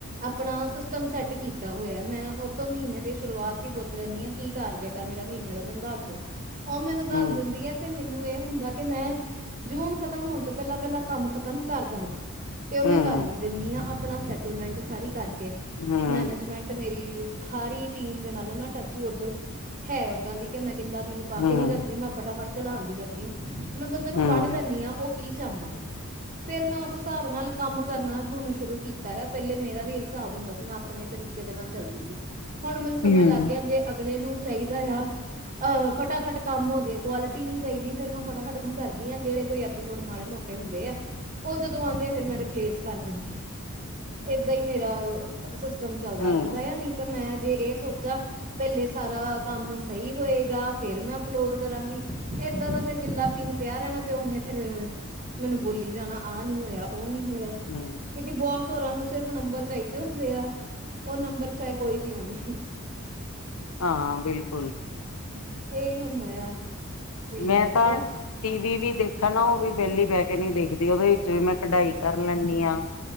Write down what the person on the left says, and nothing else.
ਹੂੰ
ਹੂੰ
ਹੂੰ
ਹੂੰ
ਹੂੰ
ਹੂੰ
ਹੂੰ
ਹੂੰ
ਹਾਂ, ਬਿਲਕੁਲ।
ਮੈਂ ਤਾਂ
ਟੀ ਵੀ ਵੀ ਦੇਖਾ ਨਾ ਔਹ ਵੀ ਵੇਹਲੀ ਬਹਿ ਕੇ ਨਹੀਂ ਦੇਖਦੀ, ਉਹਦੇ ਵਿੱਚ ਵੀ ਮੈਂ ਕਢਾਈ ਕਰ ਲੈਂਣੀ ਆਂ,